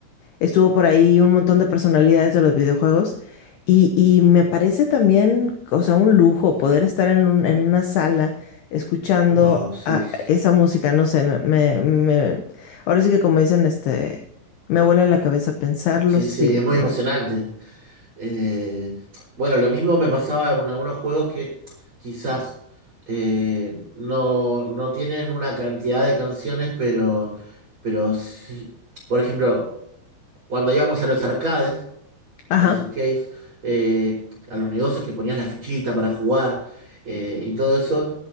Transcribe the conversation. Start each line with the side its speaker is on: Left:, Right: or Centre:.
Left: estuvo por ahí un montón de personalidades de los videojuegos. Y, y me parece también, o sea, un lujo poder estar en, un- en una sala escuchando
Right: Wow, sí.
Left: a esa música, no sé, me, me- me- ahora sí que como dicen, este, me vuela la cabeza pensarlo
Right: Sí,
Left: simplemente.
Right: sí, es muy emocionante. Eh, bueno, lo mismo me pasaba con algunos juegos que quizás eh, no, no tienen una cantidad de canciones, pero, pero sí. Por ejemplo, cuando íbamos a los arcades,
Left: Ajá.
Right: a los arcades, eh, a los negocios que ponías la fichita para jugar eh, y todo eso,